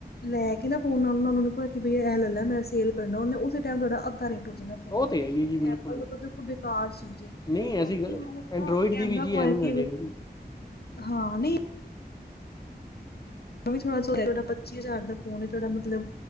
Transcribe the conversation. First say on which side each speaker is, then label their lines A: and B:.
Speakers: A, on the left; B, on the left.
A: ਲੈ ਕੇ ਨਾ ਫੋਨ ਨਾਲ ਉਹ ਕਿਹਾ ਕਿ ਬ ਇਹ ਲੈ ਮੈਂ ਸੇਲ ਕਰਨਾ ਉਹਨੇ ਉਸੇ ਟੈਮ ਤੁਹਾਡਾ ਅੱਧਾ ਰੇਟ ਹੋ ਜਾਣਾ।
B: ਉਹ ਤੇ ਹੈ ਹੀ ਹੈ ਜੀ ਬਿਲਕੁਲ
A: ਐਪਲ ਤਾਂ ਦੇਖੋ ਬੇਕਾਰ ਚੀਜ਼ ਹੈ
B: ਨਹੀਂ ਐਸੀ
A: ਬਾਕੀ
B: ਗੱਲ,
A: ਨਾ
B: ਐਂਡਰੋਇਡ
A: ਕੈਮਰਾ
B: ਦੀ ਵੀ ਜੀ
A: ਕੁਆਲਿਟੀ
B: <inaudible>
A: ਹਾਂ ਨੀ ਵੀ ਥੋੜਾ ਤੁਹਾਡਾ ਪੱਚੀ ਹਜ਼ਾਰ ਦਾ ਫੋਨ ਤੁਹਾਡਾ ਮਤਲਬ